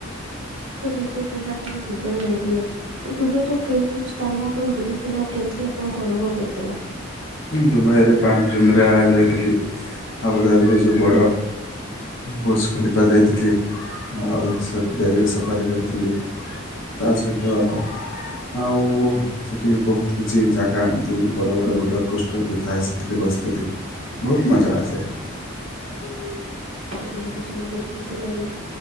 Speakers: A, on the right; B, on the left.
A: ତ ଯେମିତି କହିଲେ ଆପଣ ଦୁବାଇ ଯାଇଥିଲେ। କି ଦୁବାଇ ର କେଉ କୋଉ ସ୍ଥାନ ଆପଣ ବୁଲିଥିଲେ। ଆଉ କେ କେମତି ଆପଣଙ୍କୁ ଅନୁଭବ ହେଇଥିଲା।
B: ଦୁବାଇରେ ପାଞ୍ଚ ଜୁନ୍ ରେ ଯାଇଥିଲି। ଆବୁଧାବିରେ ଯେଉଁ ବଡ ବୋର୍ସ ଖଲିପା ଯାଇଥିଲି। ଆଉ ଡେଜର୍ଟ ସଫାରି କରିଥିଲି। ତା ସହିତ ଆଉ ସେଠି ବହୁତ କିଛି ଜାଗା ଏମିତି ବଡ ବଡ ରୁଲର କୋଷ୍ଠରେ ବି ଥାଏ। ସେଠିରେ ବସିଥିଲି ବହୁତ ମଜା ଆସେ। ଉଁ ହୁଁ।
A: ଆଜ୍ଞା ଆଜ୍ଞା ଶୁଣି ବହୁତ ଖୁସି ଲାଗିଲା।